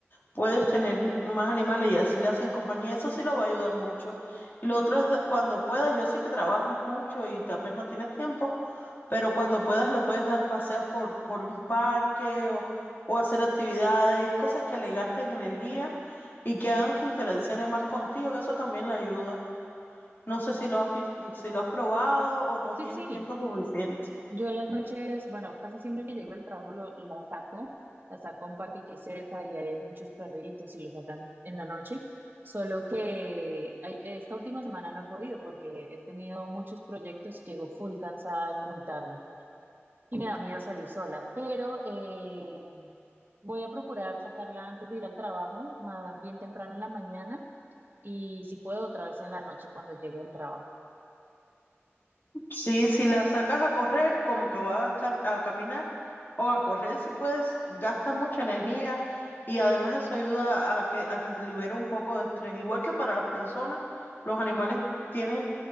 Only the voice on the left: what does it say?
puedes tener más animales y así le hacen compañía. Eso sí lo va a ayudar mucho. Y lo otro es de- cuando puedas, yo sé que trabajas mucho y tal vez no tienes tiempo, pero cuando puedas le puedes dar paseos por, por un parque o, o hacer actividades, cosas que le gasten energía y que hagan que interaccione más contigo. Eso también le ayuda. No sé si lo has, si lo has probado o no
tienes
tiempo suficiente.
Sí, si la sacas a correr, como que va a estar a caminar o a correr si puedes, gasta mucha energía y además eso ayuda a que, a que se libere un poco de estrés. Igual que para las personas, los animales tienen,